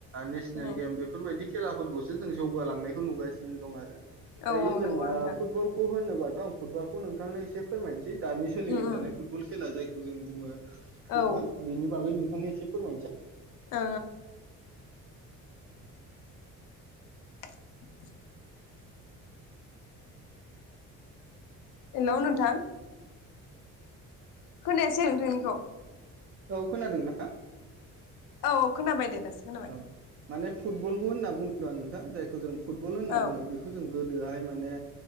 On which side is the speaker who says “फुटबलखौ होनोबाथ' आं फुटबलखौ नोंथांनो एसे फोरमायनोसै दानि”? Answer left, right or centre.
Right